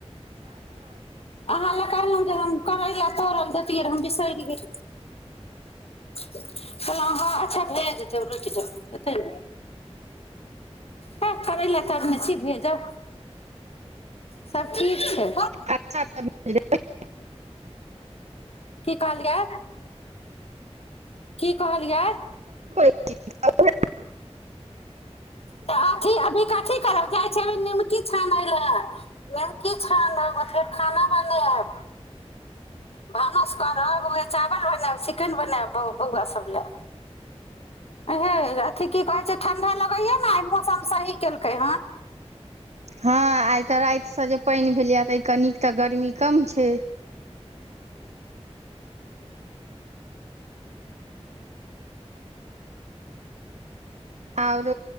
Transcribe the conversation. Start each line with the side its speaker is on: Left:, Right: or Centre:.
Left: अहाँ लए कहलहुँ जे हम करली तौड़ल देतियै हम बिसरलियै पलो हँ अच्छा भेज <unintelligible> जरूरत हैते त ऐते ने ह करै लए तरने छी भेजब सब ठीक छै
Right: अच्छा <unintelligible>
Left: की कहल यै की कहलियै
Right: क <unintelligible>
Left: तऽ अथी अभी कथी करब छै अभी निमकी छाने लए निमकी छान फेर खाना बनाब भानस करब ओही चावल बनैब कन बनेब बौआ सब लै <unintelligible> की कहे छै ठंडा लगेया ने मौसम सही केलकै हँ
Right: हँ आइ तऽ रातिसँ जे पानि भेलैए ताहिके नीक तऽ गर्मी कम छै आओर